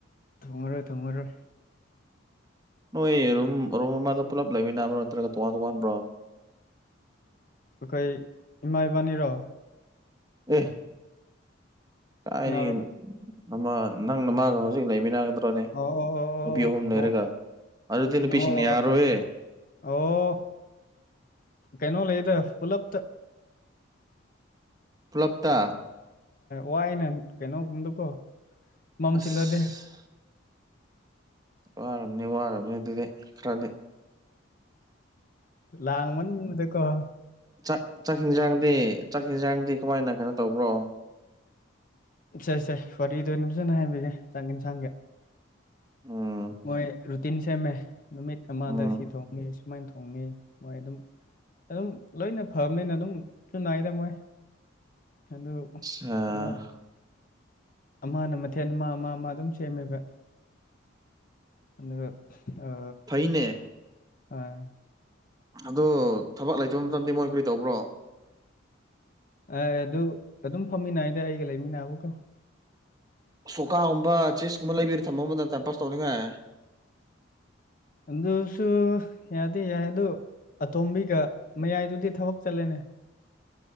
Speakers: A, on the left (about 40°); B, on the right (about 20°).
A: ꯊꯣꯡꯉꯔꯣꯏ ꯊꯣꯡꯉꯔꯣꯏ
B: ꯅꯣꯏ ꯔꯨꯝ ꯔꯨꯝ ꯑꯃꯗ ꯄꯨꯂꯞ ꯂꯩꯃꯤꯟꯅꯕ꯭ꯔꯣ ꯅꯠꯇ꯭ꯔꯒ ꯇꯣꯉꯥꯟ ꯇꯣꯉꯥꯟꯕ꯭ꯔꯣ
A: ꯑꯩꯈꯣꯏ ꯏꯃꯥ ꯏꯕꯥꯅꯤꯔꯣ
B: ꯑꯦ ꯀꯥꯏꯗꯒꯤꯑꯣ
A: ꯀꯅꯥꯔꯣ
B: ꯑꯃꯥ ꯅꯪꯅ ꯃꯥꯒ ꯍꯧꯖꯤꯛ ꯂꯩꯃꯤꯟꯅꯒꯗ ꯅꯦ
A: ꯑꯣ ꯑꯣ ꯑꯣ
B: ꯅꯨꯄꯤ
A: ꯑꯣ
B: ꯑꯍꯨꯝ ꯂꯩꯔꯒ
A: ꯇꯣꯡ
B: ꯑꯗꯨꯗꯤ ꯅꯨꯄꯤꯁꯤꯡꯅ
A: ꯑꯣ ꯑꯣ
B: ꯌꯥꯔꯣꯏꯌꯦ
A: ꯑꯠꯆꯥ ꯑꯠꯆꯥ ꯑꯣ ꯀꯩꯅꯣ ꯂꯩꯗ ꯄꯨꯂꯞꯇ
B: ꯄꯨꯂꯞꯇ
A: ꯋꯥꯏꯅꯦ ꯀꯩꯅꯣꯒꯨꯝꯗꯨꯀꯣ ꯃꯝꯁꯤꯜꯂꯗꯤ
B: ꯑꯁ ꯋꯥꯔꯝꯅꯤ ꯋꯥꯔꯝꯅꯤ ꯑꯗꯨꯗꯤ ꯈꯔꯗꯤ
A: ꯂꯥꯡꯃꯟꯕꯗꯀꯣ
B: ꯥꯆꯥꯛ ꯆꯥꯛ ꯌꯦꯟꯁꯥꯡꯗꯤ ꯆꯥꯛ ꯌꯦꯟꯡꯁꯥꯡꯗꯤ ꯀꯃꯥꯏꯅ ꯀꯩꯅꯣ ꯇꯧꯕ꯭ꯔꯣ
A: ꯁꯦ ꯁꯦ ꯋꯥꯔꯤꯗꯣ ꯑꯩꯅ ꯐꯖꯅꯥ ꯍꯥꯏꯕꯤꯒꯦ ꯆꯥꯡ ꯌꯦꯟꯁꯥꯡꯒꯤ
B: ꯎꯝ
A: ꯃꯣꯏ ꯔꯨꯇꯤꯟ ꯁꯦꯝꯃꯦ ꯅꯨꯃꯤꯠ ꯑꯃꯗ
B: ꯎꯝ
A: ꯁꯤ ꯊꯣꯡꯅꯤ ꯁꯨꯃꯥꯏꯅ ꯊꯣꯡꯅꯤ ꯃꯣꯏ ꯑꯗꯨꯝ ꯑꯗꯨꯝ ꯂꯣꯏꯅ ꯐꯕꯅꯦꯅ ꯑꯗꯨꯝꯁꯨꯨ ꯅꯥꯏꯗ ꯃꯣꯏ ꯑꯗꯨ
B: ꯑꯥꯁꯥ <unintelligible>
A: ꯀꯩꯅꯣ ꯑꯃꯅ ꯃꯊꯦꯜ ꯑꯃ ꯃꯥ ꯃꯥ ꯑꯗꯨꯝ ꯁꯦꯝꯃꯦꯕ ꯑꯗꯨꯒ ꯑꯥ
B: ꯐꯩꯅꯦ
A: ꯑꯥ
B: ꯑꯗꯣ ꯊꯕꯛ ꯂꯩꯇꯕ ꯃꯇꯝꯗꯤ ꯃꯣꯏ ꯀꯔꯤ ꯇꯧꯕ꯭ꯔꯣ
A: ꯑꯦ ꯑꯗꯨ ꯑꯗꯨꯝ ꯐꯝꯃꯤꯟꯅꯩꯗ ꯑꯩꯒ ꯂꯩꯃꯤꯟꯅꯕꯀꯣ
B: ꯁꯣꯀꯥꯒꯨꯝꯕ ꯆꯦꯁ ꯀꯨꯝꯕ ꯂꯩꯕꯤꯔ ꯊꯝꯃꯣ ꯑꯃꯗꯣ ꯇꯥꯏꯝ ꯄꯥꯁ ꯇꯧꯅꯤꯡꯉꯥꯏ
A: ꯑꯗꯨꯁꯨ ꯌꯥꯗꯤ ꯌꯥꯏ ꯑꯗꯨ ꯑꯇꯣꯝꯕꯤꯒ ꯃꯌꯥꯏꯗꯨꯗꯤ ꯊꯕꯛ ꯆꯠꯂꯦꯅꯦ